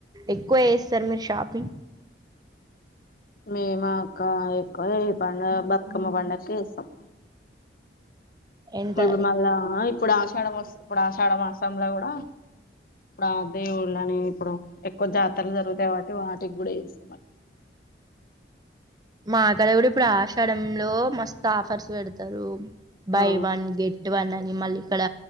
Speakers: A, on the right; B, on the left.
A: ఎక్కువ ఏస్తారు మీరు షాపింగ్
B: మేముక్క ఎక్కువ ఏ పండుగ బతుకమ్మ పండగకి చేస్తాం
A: ఎంత
B: ఇప్పుడు మళ్ళా ఇప్పుడు ఆషాఢ వస్తు ఇప్పుడు ఆషాఢ మాసంలో కూడా ఇప్పుడు ఆ దేవుళ్ళ అని ఇప్పుడు ఎక్కువ జాతరలు జరుగుతాయి కాబట్టి వాటికి కూడా చేస్తా
A: మాక్కడ కూడా ఇప్పుడు ఆశడంలో మస్తు ఆఫర్స్ పెడతారు. బై
B: ఆ
A: వన్ గెట్ వన్ అని మళ్ళీ ఇక్కడ